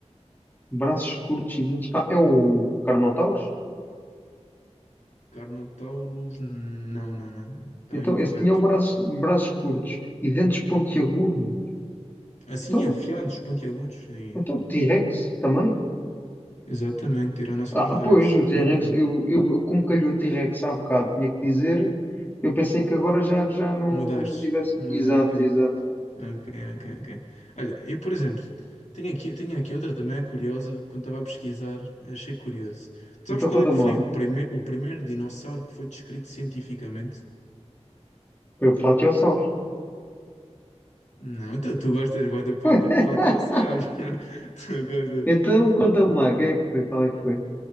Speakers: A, on the left (about 15°); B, on the left (about 85°).
A: Braços curtos e dentes. Ah, é o Carnotaurus?
B: Carnotauros. Não, não, não, não. Está
A: Então,
B: incorreto.
A: esse tinha o braço, braços curtos e dentes pontiagudos.
B: Assim,
A: Então,
B: afiados, pontiagudos. E...
A: Então, T-Rex também?
B: Exatamente, Tiranossauros
A: Ah,
B: Rex.
A: pois, o T-Rex,
B: Muito bem.
A: eu, eu, como calhou o T-Rex há bocado, tinha que dizer, eu pensei que agora já, já não,
B: Mudaste.
A: não tivesse.
B: Muda,
A: Exato,
B: ok.
A: exato.
B: Ok, ok, ok. Olha, eu, por exemplo, tenho aqui, tenho aqui outra também curiosa. Quando estava a pesquisar, achei curioso. Tu sabes
A: Então,
B: qual
A: conta-me
B: é que foi
A: lá.
B: o, prime... o primeiro dinossauro que foi descrito cientificamente?
A: Foi o Platiossauros.
B: Não, tu, tu gostas bué do plate-
A: <laughs>
B: plateossauro. <laughs> Tu gostas.
A: Então, conta-me lá, quem é que foi? Qual é que foi?